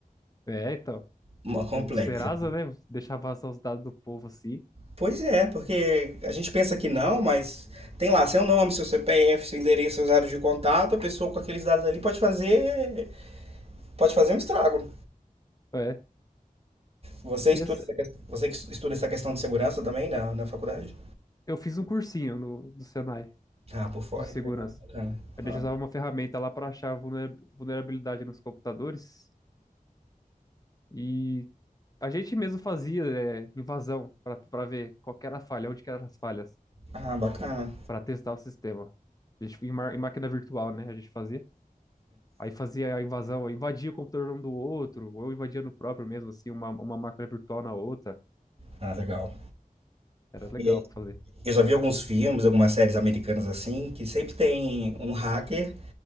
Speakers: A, on the left; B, on the right.
A: É, então,
B: mó complexa.
A: é, do Serasa, né? Deixar vazar os dados do povo assim.
B: Pois é, porque a gente pensa que não, mas tem lá seu nome, seu CPF, seu endereço, seus dados de contato. A pessoa com aqueles dados ali pode fazer Pode fazer um estrago.
A: É.
B: Você estuda
A: E assim,
B: essa, ques- você que estuda essa questão de segurança também na, na faculdade?
A: eu fiz um cursinho no, do Senai
B: Ah, por fora.
A: de segurança.
B: hein? Legal, bacana.
A: A gente
B: Ah,
A: usava uma ferramenta lá para achar vulnera- vulnerabilidade nos computadores e a gente mesmo fazia é, invasão para para ver qual que era a falha, onde que eram as falhas,
B: ah, bacana.
A: para testar o sistema. A gente em, ma- em máquina virtual, né? A gente fazia. Aí fazia a invasão, invadia o computador um do outro, ou invadia no próprio mesmo, assim, uma, uma máquina virtual na outra.
B: Ah, legal.
A: Era legal
B: E
A: fazer.
B: eu já vi alguns filmes, algumas séries americanas assim, que sempre tem um hacker